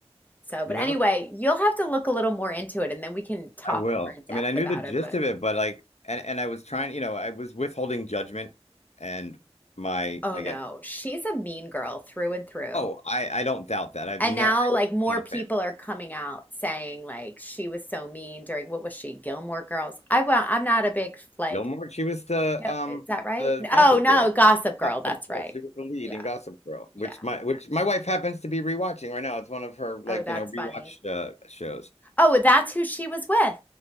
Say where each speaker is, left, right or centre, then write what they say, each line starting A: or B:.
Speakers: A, on the left; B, on the left.
A: So,
B: You
A: but
B: know,
A: anyway, you'll have to look a little more into it and then we can talk
B: I will.
A: more in depth
B: I mean, I knew
A: about
B: the gist
A: it. But
B: of it, but like, and and I was trying, you know, I was withholding judgment and my,
A: oh
B: I
A: no,
B: guess,
A: she's a mean girl through and through.
B: Oh, I I don't doubt that. I've
A: And
B: never
A: now,
B: I'm
A: like, more
B: not
A: people
B: a fan.
A: are coming out saying, like, she was so mean during what was she, Gilmore Girls? I well, I'm not a big, like,
B: Gilmore, she was the
A: no,
B: um
A: is that right?
B: the Gossip
A: Oh no,
B: Girl.
A: Gossip Girl.
B: Gossip
A: That's right.
B: Girl. She was the lead
A: Yeah.
B: in Gossip Girl, which
A: Yeah.
B: my which my wife happens to be rewatching right now. It's one of her like,
A: Oh, that's
B: you know, rewatched
A: funny.
B: uh shows.
A: Oh, that's who she was with